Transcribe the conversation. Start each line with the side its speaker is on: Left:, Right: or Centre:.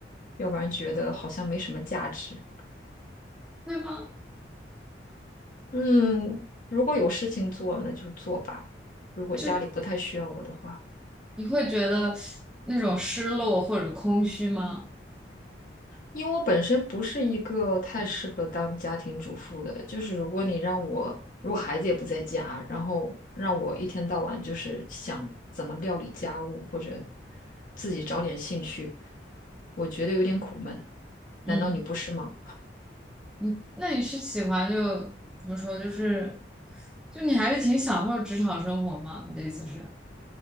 Left: 要不然觉得好像没什么价值。
Centre: 会吗？
Left: 嗯，如果有事情做，那就做吧。如果家里不太需要我的话，
Centre: 就你会觉得那种失落或者空虚吗？
Left: 因为我本身不是一个太适合当家庭主妇的，就是如果你让我，如果孩子也不在家，然后让我一天到晚就是想怎么料理家务或者自己找点兴趣，我觉得有点苦闷。
Centre: 嗯，
Left: 难道你不是吗？
Centre: 你那你是喜欢就怎么说？就是就你还是挺享受职场生活吗？你的意思是，